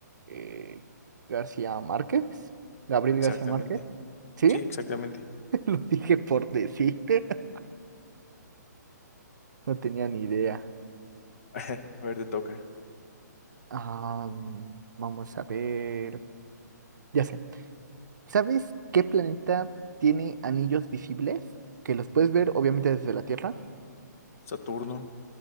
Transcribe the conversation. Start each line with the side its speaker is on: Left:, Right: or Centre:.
Right: eh, García Márquez, Gabriel
Left: Exactamente.
Right: García Márquez, ¿sí?
Left: Sí, exactamente.
Right: <laughs> Lo dije por decirte, <laughs> no tenía ni idea.
Left: <laughs> A ver, te toca.
Right: Ah, vamos a ver, ya sé, ¿sabes qué planeta tiene anillos visibles? Que los puedes ver obviamente desde la Tierra.
Left: Saturno.